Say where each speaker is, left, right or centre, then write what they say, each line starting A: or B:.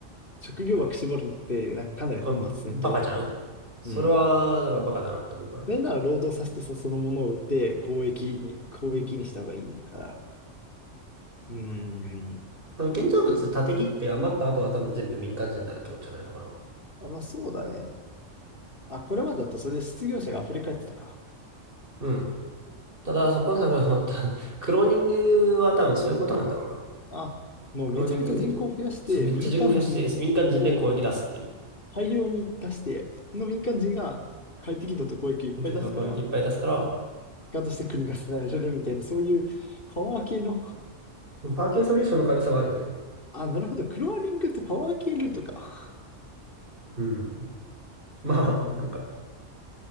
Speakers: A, on the left; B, on the right.
A: 職業枠絞るのって、なんかかなり本末転倒。
B: まあ、バカじゃんそれは、
A: うん。
B: なんかバカだなと思うから。
A: なんなら労働させてさ、そのものを売って攻撃に、攻撃にした方がいいから。
B: うん。
A: うん。
B: あの建造物、建て切って余った後は多分全部民間人になるってことじゃないのかな。
A: あ、まあそうだね。あ、これまでだとそれで失業者が溢れ返ってたか。
B: うん。ただ、そこのさ、<laughs> このたクローニングは多分そういうことなんだろうな。
A: あ、もうめちゃめちゃ人口を増やして、
B: クローニングで、そう、めっちゃ人口フェしてす民間人で攻撃出すっていう。
A: 民間人を大量に出して、その民間人が快適度と公益をいっぱい出すから、
B: だけど、攻撃いっぱい出すから、
A: 結果として国が支えられるみたいな、そういうパワー系の、
B: パーキンソリューションの可能性はあるよね。
A: <laughs> あ、なるほど、クローニングってパワー系ルートか。
B: うん。まあ、
A: うん。
B: なんか、